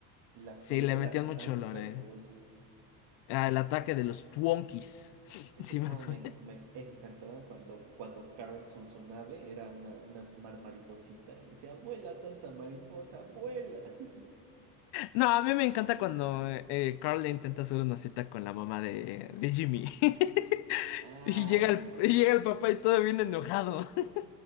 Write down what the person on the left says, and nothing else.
Sí,
le metían
mucho
lore.
Ah, el ataque de los Twonkies. <laughs>
Sí,
me acuerdo.
No, a mí me encanta cuando eh, Carl le intenta hacer una cita con la mamá de, de Jimmy. <laughs>
Y llega
el, y llega el papá y todo bien enojado. <laughs>